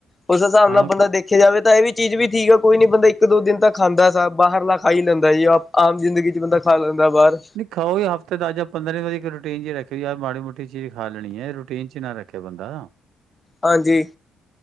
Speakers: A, on the left (about 20°); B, on the right (about 80°).
A: ਉਸ ਹਿਸਾਬ
B: ਹਾਂ
A: ਨਾਲ ਬੰਦਾ ਦੇਖ ਦੇਖਿਆ ਜਾਵੇ ਤਾਂ ਇਹ ਵੀ ਚੀਜ਼ ਵੀ ਠੀਕ ਆ, ਕੋਈ ਨੀ ਬੰਦਾ ਇੱਕ ਦੋ ਦਿਨ ਤੱਕ ਖਾਂਦਾ ਸਬ ਬਾਹਰਲਾ ਖਾ ਹੀ ਲੈਂਦਾ ਜੀ ਆਪ ਆਮ ਜ਼ਿੰਦਗੀ ਚ ਬੰਦਾ ਖਾ ਲੈਂਦਾ ਬਾਹਰ
B: ਨ ਖਾਓ ਹਫ਼ਤੇ ਦੱਸ ਜਾਂ ਪੰਦਰਾਂ ਦਿਨ ਇੱਕ ਰੂਟੀਨ ਚੱ ਹੀ ਰੱਖ ਯਾਰ ਮਾੜੀ ਮੋਟੀ ਚੀਜ਼ ਖਾ ਲੈਣੀ ਹੈ, ਰੂਟੀਨ ਚੱ ਨਾ ਰੱਖੇ ਬੰਦਾ
A: ਹਾਂਜੀ